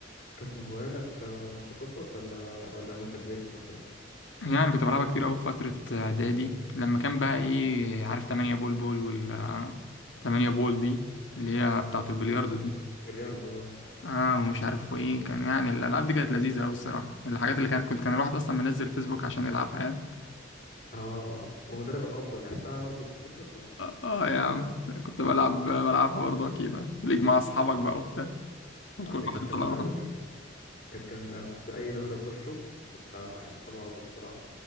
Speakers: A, on the left; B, on the left.
A: كانت من هواياتك آه، من طفولتك ولا ولا لما انت كبرت مثلا
B: يعني كنت بلعبها كتير أوي في فترة آه، إعدادي لما كان بقى إيه عارف تمانية بول بول وال آه، تمانية بول دي اللي هي بتاعة البلياردو دي
A: بلياردو اه
B: اه ومش عارف وايه كان يعني الالعاب دي كانت لذيذه قوي الصراحه الحاجات اللي كان كنت كان الواحد اصلا منزل فيسبوك عشان يلعبها يعني
A: آه، ومدرب الافضل لعبتها برضه في طفولتك ولا
B: اه آه يا عم كنت بلعب بلعبها برضه اكيد آه. ليج مع اصحابك بقى وبتاع وكل
A: آه، دي
B: واحد
A: كانت
B: يطلع
A: جامدة
B: روحه
A: قوي دي كانت جامدة أنا كنت أي دوري أخشه كنت أكسبه على طول بصراحة